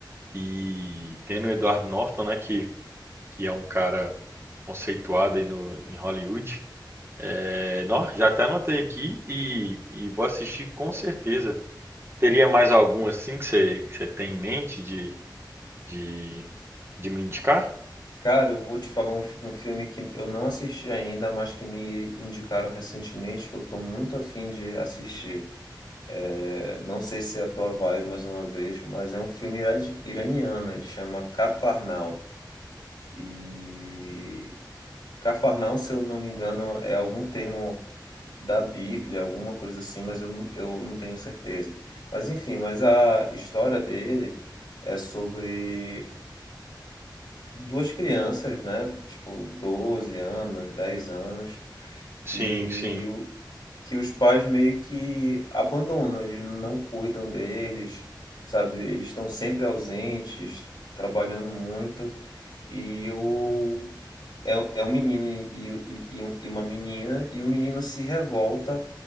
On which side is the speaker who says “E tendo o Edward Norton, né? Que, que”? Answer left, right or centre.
Right